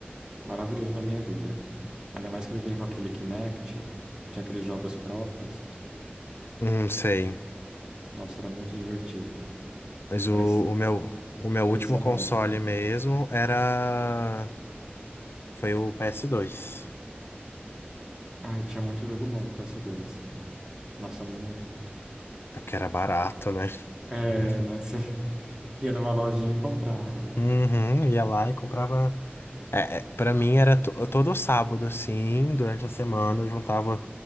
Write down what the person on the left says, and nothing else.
Não sei,
mas o,
o meu o meu
último console
mesmo era foi o PS2,
porque era barato, né?
<laughs>
Uhum, ia lá e comprava. É, é, para mim era to- todo sábado, assim, durante a semana eu juntava